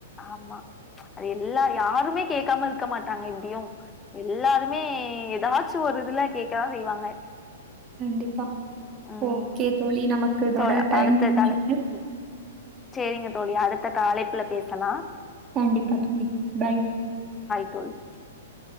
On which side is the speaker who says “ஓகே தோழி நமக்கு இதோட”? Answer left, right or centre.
Right